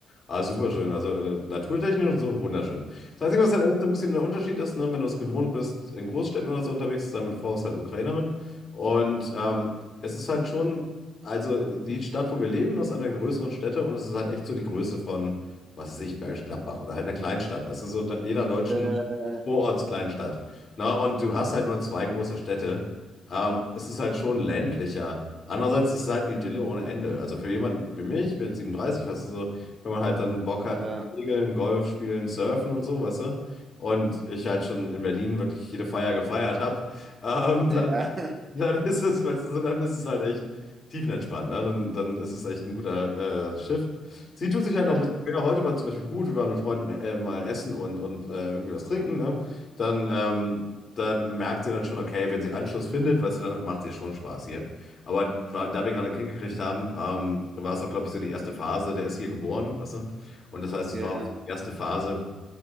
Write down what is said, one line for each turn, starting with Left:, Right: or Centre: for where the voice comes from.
Left: Ah, super schön. Also äh, naturtechnisch und so wunderschön. Das Einzige, was halt echt so ein bisschen der Unterschied ist, ne, wenn du es gewohnt bist, in Großstädten oder so unterwegs zu sein, meine Frau ist halt Ukrainerin. Und ähm, es ist halt schon, also die Stadt, wo wir leben, das ist eine der größeren Städte und es ist halt echt so die Größe von, was weiß ich, Bergisch Gladbach oder halt einer Kleinstadt, weißt du, so da- jeder deutschen
Right: Äh,
Left: Vorortskleinstadt. Na, und du hast halt nur zwei große Städte. Ähm, es ist halt schon ländlicher. Andererseits ist es halt Idylle
Right: ja.
Left: ohne Ende. Also für jemanden wie mich, ich bin jetzt 37, weißt du, so, wenn man halt dann Bock hat
Right: äh,
Left: auf Segeln, Golf spielen, Surfen und so, weißt du, und ich halt schon in Berlin wirklich jede Feier gefeiert habe, <laughs> ähm,
Right: ja,
Left: dann,
Right: <laughs>
Left: dann ist es, weißt du, so, dann ist es halt echt tiefenentspannt, ne? Dann, dann ist es echt ein guter äh, Shift. Sie tut sich halt
Right: ja,
Left: noch ein bisschen schwer. Heute war zum Beispiel gut, wir waren mit Freunden äh, mal essen und, und äh, irgendwie was trinken, ne? dann ähm, da merkt sie dann schon, okay, wenn sie Anschluss findet, weißt du, dann macht ihr schon Spaß hier. Aber wa- da wir gerade ein Kind gekriegt haben, ähm, war es auch, glaube ich, so die erste Phase. Der ist hier geboren, weißt du? Und das heißt,
Right: ja,
Left: es war
Right: ja,
Left: auch die erste Phase,